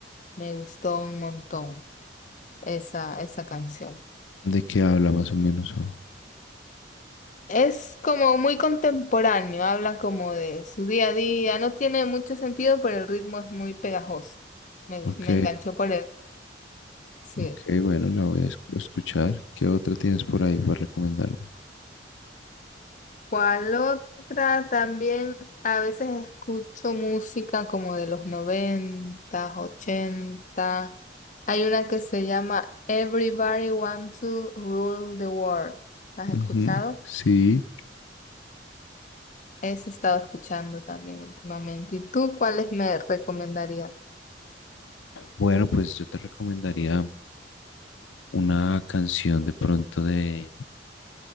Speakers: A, on the left; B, on the left.
A: me gustó un montón esa, esa canción.
B: ¿De qué habla más o menos? O,
A: Es como muy contemporáneo, habla como de su día a día, no tiene mucho sentido, pero el ritmo es muy pegajoso. Me,
B: ok.
A: gus- me enganchó por él. Sí.
B: Ok, bueno, la voy a escu- escuchar. ¿Qué otra tienes por ahí para recomendarme?
A: ¿Cuál otra? También a veces escucho música como de los 90, 80. Hay una que se llama Everybody Want to Rule the World. ¿La has escuchado?
B: Ujú, Sí.
A: Esa he estado escuchando también últimamente. ¿Y tú cuáles me recomendarías?
B: Bueno, pues yo te recomendaría una canción de pronto de,